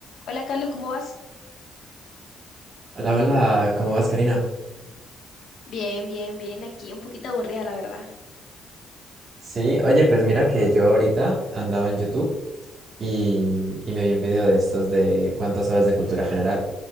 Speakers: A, on the left; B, on the right.
A: Hola Carlos, ¿cómo vas?
B: Hola, hola, ¿cómo vas, Karina?
A: Bien, bien, bien. Aquí un poquito aburrida, la verdad.
B: Sí, oye, pues mira que yo ahorita andaba en YouTube y, y me vi un video de estos de cuánto sabes de cultura general.